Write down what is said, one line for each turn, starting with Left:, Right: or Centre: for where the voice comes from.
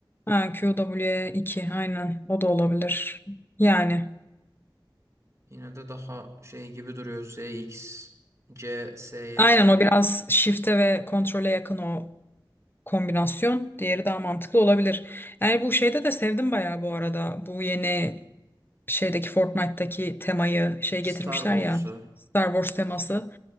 Left: Ha, QW2 aynen o da olabilir. Yani
Right: yine de daha şey gibi duruyor ZX CS'ye
Left: aynen
Right: göre.
Left: o biraz shift'e ve kontrole yakın o kombinasyon. Diğeri daha mantıklı olabilir. Yani bu şeyde de sevdim bayağı bu arada. Bu yeni şeydeki Fortnite'taki temayı şey
Right: Star
Left: getirmişler
Right: Wars'u.
Left: ya Star Wars teması.